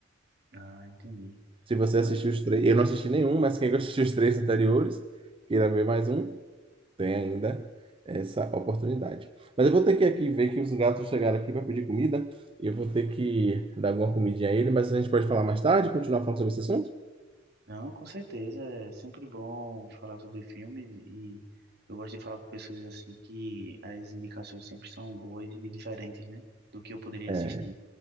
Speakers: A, on the right; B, on the right.
A: Ah, entendi.
B: Se você
A: Eu-
B: assistiu os três, eu não assisti nenhum, mas quem assistiu os três anteriores, queira ver mais um, tem ainda essa oportunidade. Mas eu vou ter que aqui ver que os gatos chegaram aqui para pedir comida. e Eu vou ter que dar alguma comidinha a ele, mas a gente pode falar mais tarde, continuar falando sobre esse assunto?
A: Não, com certeza, é sempre bom falar sobre filmes e eu gosto de falar com pessoas assim que as indicações sempre são boas e diferentes, né, do que eu poderia
B: É,
A: assistir.